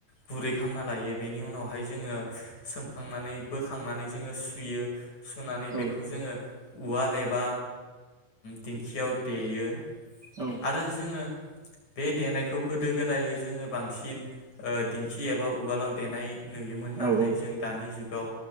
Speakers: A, on the left (about 55°); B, on the right (about 35°).
A: गुरै खालामना लायो बेनि उनावहाय जोङो सोमखांनानै बोखां खांनानै जोङो सुयो सुनानै
B: औ
A: बेखौ
B: औ
A: जोङो उवाल एबा दिंखियाव देयो
B: औ
A: आरो जोङो बे देनायखौ गोदो गोदाय जोङो बांसिन ओ दिंखि एबा उवालाव देनाय नुयोमोन नाथाय
B: औ औ
A: जों दानि जुगाव